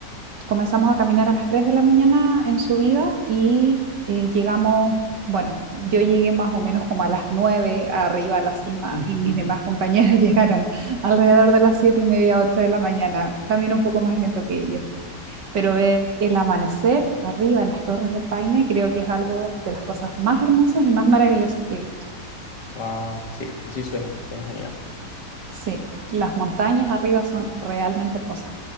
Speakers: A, on the right; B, on the left.
A: Comenzamos a caminar a las 3 de la mañana en subida y eh, llegamos, bueno, yo llegué más o menos como a las 9 arriba a la cima
B: <laughs>
A: y mis demás compañeras <laughs> llegaron alrededor de las 7 y media, 8 de la mañana, también un poco más lento que ellos. Pero ver el amanecer arriba en las Torres del Paine creo que es algo de las cosas más hermosas y más maravillosas que he visto.
B: Wow, sí, así suena. Suena genial.
A: Sí, las montañas arriba son realmente hermosas.